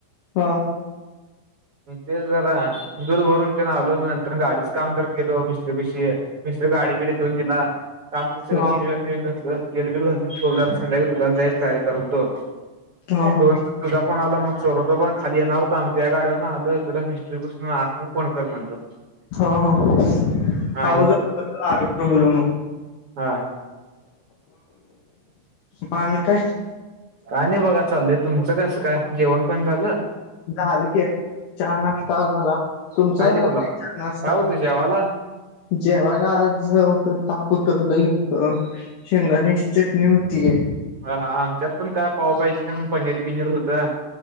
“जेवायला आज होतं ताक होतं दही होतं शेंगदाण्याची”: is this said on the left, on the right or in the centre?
Left